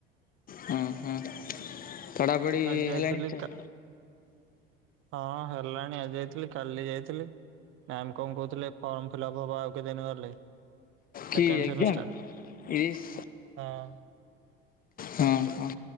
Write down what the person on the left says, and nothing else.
ହଁ ହଁ ପଢ଼ାପଢ଼ି
ହେଲାଣି।
କି ଏକ୍ଜାମ?
ଇସ୍
ହଁ ହଁ